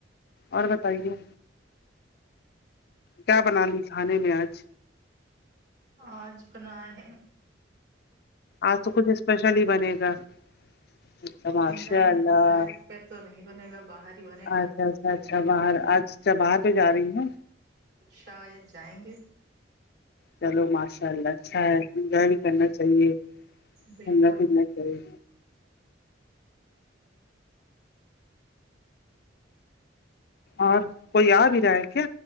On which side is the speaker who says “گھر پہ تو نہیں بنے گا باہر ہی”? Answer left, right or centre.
Right